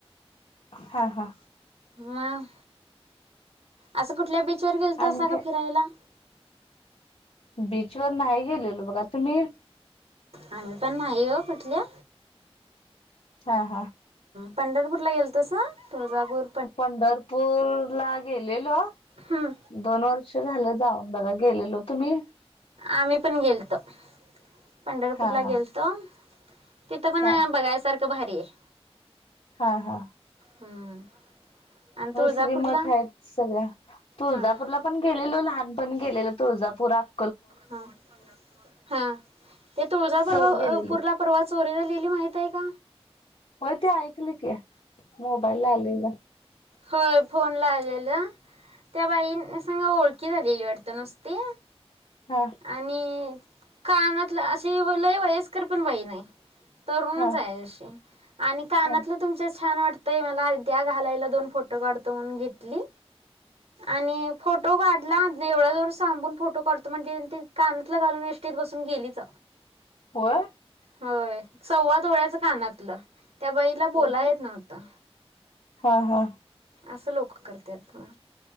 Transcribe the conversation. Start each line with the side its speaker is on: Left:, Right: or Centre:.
Left: हा हा
Right: मग असं कुठल्या बीचवर गेल तर
Left: आणि
Right: असा ग फिरायला
Left: बीचवर नाही गेलेलो बघा तुम्ही
Right: आम्ही पण नाही ग कुठल्या
Left: हा हा
Right: पंढरपूर ला गेलतोस ना तुळजापूर
Left: पंढरपूर ला गेलेलो
Right: हम्म
Left: दोन वर्ष झालं जाऊ बघ गेलेलो तुम्ही
Right: आम्ही पण गेलतो पंढरपूरला
Left: हा हा
Right: गेलतो तिथं पण
Left: हा
Right: बघायसारख एकभारी आहे
Left: हा हा
Right: हम्म आणि तुळजापूरला
Left: सगळी मठ आहेत सगळ्या तुळजापूरला
Right: हां
Left: पण गेलेलो लहान पण गेलेल तुळजापूरात
Right: ह हा ते तुळजपवा
Left: सहल गेलेली
Right: पुरला परवा चोरीला लिहिली माहित आहे का
Left: हो ते ऐकली की मोबाईल आलल
Right: हो फोन ला आलेलं त्या बाई सांगा ओळखी झालेली वाटतं नुसती.
Left: हा
Right: आणि कानातलं असशी लय वयस्कर पण बाई नाही तरुणच
Left: हा
Right: आहे अशी आणि कानातलं
Left: हा
Right: तुमच्या छान वाटतय मला अद्या घालायला दोन फोटो काढतो म्हणून घेतली आणि फूट फोटो काढला देवळाजवळ थांबून, फोटो काढतो म्हणली आणि कानतल घालून एसटीत बसून गेलीच.
Left: व्हय.
Right: व्हय. सव्वाद ओळ्याचं कानातलं त्या बाईला बोलायेत
Left: होय काय
Right: ता.
Left: हा हा.
Right: असं लोक करत्यात ह